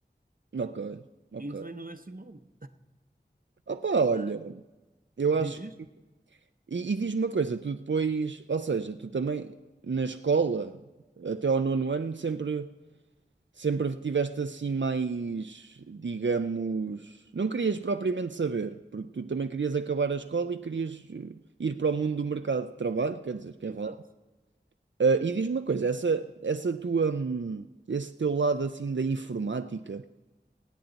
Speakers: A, on the right; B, on the right.
A: Ok, ok.
B: E entrei no décimo ano.
A: Ah, pá, olha,
B: Ah,
A: eu
B: diz
A: acho.
B: isto?
A: E, e diz-me uma coisa, tu depois, ou seja, tu também na escola, até ao nono ano, sempre. Sempre tiveste assim mais, digamos, não querias propriamente saber, porque tu também querias acabar a escola e querias eh, ir para o mundo do mercado de trabalho, quer dizer, que
B: Exato.
A: é válido. Ah, e diz-me uma coisa, essa, essa tua, hum, esse teu lado assim da informática,